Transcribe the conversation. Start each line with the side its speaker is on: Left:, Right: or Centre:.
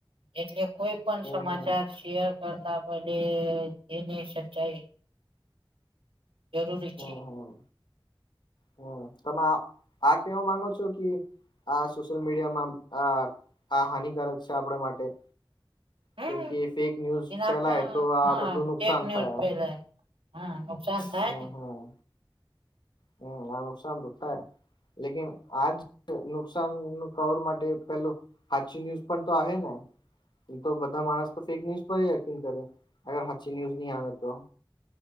Right: એટલે કોઈ પણ
Left: હમ
Right: સમાચાર
Left: હમ
Right: શેર કરતા પેલે. એ એને સચ્ચાઈ. જરૂરી છે.
Left: હમ હમ હમ તમે આ આ કેવા માંગો છો કિ. આ સોશિયલ મીડિયામાં આ આ હાનિકારક છે આપણા માટે
Right: હમ
Left: કેમ કે ફેક ન્યૂઝ
Right: એના
Left: ફેલાય
Right: પર
Left: તો આ
Right: હા
Left: બધું નુકસાન
Right: ફેક ન્યૂઝ
Left: થાય.
Right: ફેલાય હા <inaudible>
Left: હમ
Right: ને
Left: હમ હમ આ નુકસાન તો થાય. લેકીન આજ તો નુકસાન નું કવર માટે પેલું હાચી ન્યૂઝ પણ તો આહે ને. તો બધા માણસ તો ફેક ન્યુઝ પર જ યકીન કરે અગર હાચી ન્યુઝ નહી આવે તો.